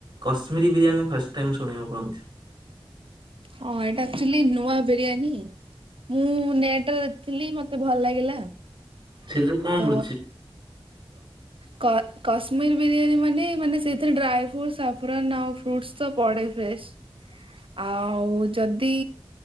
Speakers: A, on the right (about 50°); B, on the right (about 70°).
A: କଶ୍ମୀରୀ ବିରିୟାନୀ ମୁଁ ଫାଷ୍ଟ ଟାଇମ୍ ଶୁଣିବାକୁ ପାଉ
B: ହଁ ଏଇଟା ଆକ୍ଚୁଆଲି ନୂଆ ବିରିୟାନୀ। ମୁଁ ନେଟରେ ଦେଖିଥିଲି ମତେ ଭଲ ଲାଗିଲା।
A: ସେଥିରେ କଣ
B: ତ
A: ପଡୁଛି
B: କ କଶ୍ମୀରୀ ବିରିୟାନୀ ମାନେ ମାନେ ସେଇଥିରେ ଡ୍ରାଏଫ୍ରୁଟ୍ସ ସଫ୍ରନ୍ ଆଉ ଫ୍ରୁଟ୍ସ ତ ପଡ଼େ ଫ୍ରେଶ୍। ଆଉ ଯଦି